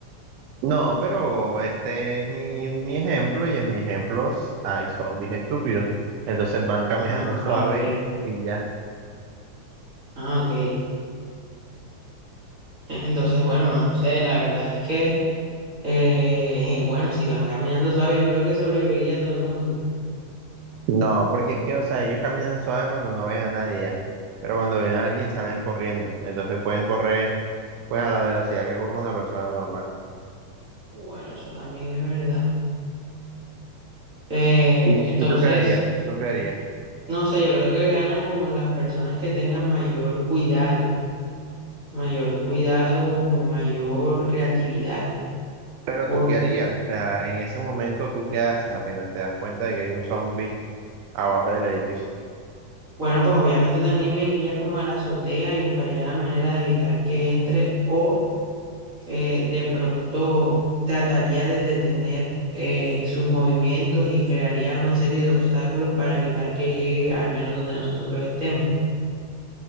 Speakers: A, on the right; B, on the right.
A: No, pero este es mi, mi ejemplo y en mis ejemplos hay zombies estúpidos. Entonces van caminando
B: Ah,
A: suave
B: ok.
A: y ya.
B: Ah, ok. Entonces, bueno, no sé, la verdad es que, eh, <laughs> bueno, si van caminando suave, yo creo que sobreviviría todo el mundo.
A: No, porque es que, o sea, ellos caminan suave cuando no ven a nadie ya. Pero cuando ven a alguien salen corriendo. Entonces pueden correr pues a la velocidad que corre una persona normal.
B: Bueno, eso también es verdad. Eh,
A: ¿Y
B: entonces...
A: y tú qué harías? ¿Tú qué harías?
B: No sé, yo creo que gana como las personas que tengan mayor cuidado, mayor cuidado, como mayor creatividad.
A: Pero
B: Por,
A: tú qué harías, o sea, en ese momento tú qué haces apenas te das cuenta de que hay un zombie abajo del edificio.
B: bueno, pues obviamente también me iría como a la azotea y buscaría la manera de evitar que entre o eh, de pronto trataría de detener eh, sus movimientos y crearía una serie de obstáculos para evitar que llegue al menos donde nosotros estemos.